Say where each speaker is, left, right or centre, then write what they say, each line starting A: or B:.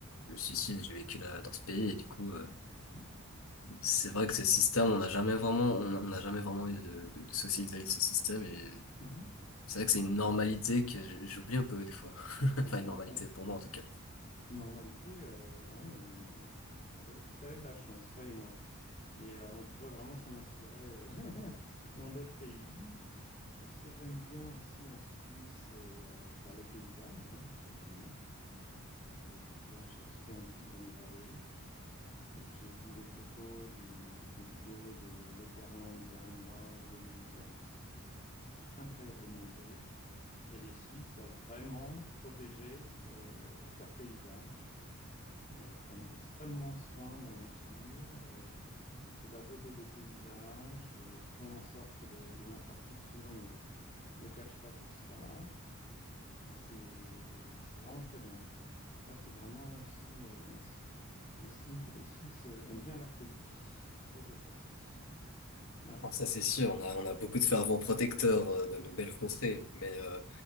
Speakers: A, on the left; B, on the left.
A: le suicide, j'ai vécu là, dans ce pays et du coup, euh,
B: Ouais.
A: c'est vrai que ce système, on n'a jamais vraiment, on on n'a jamais vraiment eu de, de, de soucis vis-à-vis de ce système et
B: Mhm.
A: c'est vrai que c'est une normalité que j- j'oublie un peu des fois. <laughs> Enfin,
B: Ouais,
A: une normalité
B: ouais.
A: pour moi en tout cas.
B: Normalité, euh, ouais, mais euh, vous avez, vous avez de la chance, croyez-moi. Et euh, on pourrait vraiment s'en inspirer euh, <laughs> dans d'autres pays. Euh, Ce que j'aime bien aussi en Suisse, c'est euh, bah, les paysages, hein, tout simplement. Il y a- j'ai vu les paysages euh, splendides dans le Valais. Euh, j'ai vu des photos, du, des vidéos de l'Oberland bernois ou des Grisons. C'est, c'est incroyablement beau. Et les Suisses savent vraiment protéger euh, leurs paysages. Euh, ils prennent extrêmement soin de la nature, euh, de la beauté des paysages, euh, font en sorte que les, les infrastructures ne ne gâchent pas tout cela. Et c'est c'est vraiment très bien. Là, c'est vraiment aussi euh, un, s- un signe que les Suisses euh, aiment bien leur pays. Ça, j'apprécie. Ouais.
A: Alors ça, c'est sûr, on a, on a beaucoup de fervents protecteurs euh, de nos belles contrées, mais euh,